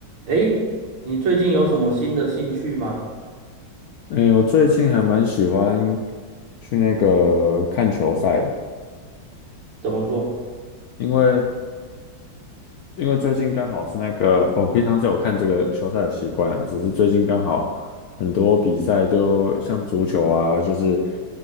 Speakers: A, on the right; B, on the left.
A: 诶，你最近有什么新的兴趣吗？
B: 诶，我最近还蛮喜欢去那个看球赛的，
A: 怎么说？
B: 因为因为最近刚好是那个，哦我平常就有看这个球赛的习惯啊，只是最近刚好很多比赛就像足球啊，就是